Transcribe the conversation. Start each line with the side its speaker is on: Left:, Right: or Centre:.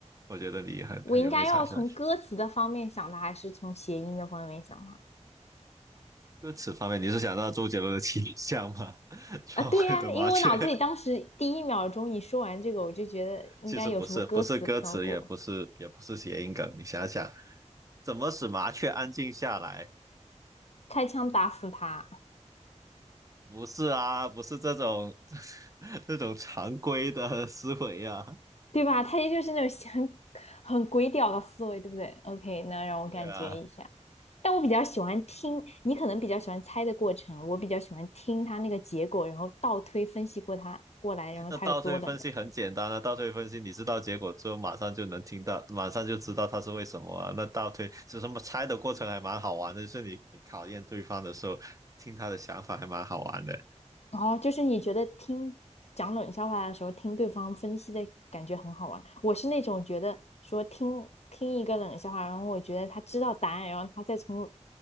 Right: 我觉得你很很容易猜出来。
Left: 我应该要从歌词的方面想的，还是从谐音的方面想的？
Right: 歌词方面，你是想到周杰伦的《七里香》吗？<laughs> 窗外的麻雀，
Left: 啊，对呀，因为我脑子里当时第一秒钟你说完这个，我就觉得应该有什么歌词飘过。
Right: <laughs> 其实不是，不是歌词，也不是，也不是谐音梗。你想想，怎么使麻雀安静下来？
Left: 开枪打死他，
Right: 不是啊，不是这种 <laughs> 这种常规的思维啊。<laughs>
Left: 对吧？他也就是那种很很鬼屌的思维，对不对？OK，那让我感觉一下。
Right: 对啊，
Left: 但我比较喜欢听，你可能比较喜欢猜的过程，我比较喜欢听他那个结果，然后倒推分析过他过来，然后他有多冷的。
Right: 那倒推分析很简单啊，倒推分析你知道结果之后，马上就能听到，马上就知道它是为什么啊。那倒推就什么猜的过程还蛮好玩的，就是你你考验对方的时候，听他的想法还蛮好玩的。
Left: 然后就是你觉得听讲冷笑话的时候，听对方分析的感觉很好玩。我是那种觉得说听听一个冷笑话，然后我觉得他知道答案，然后他再从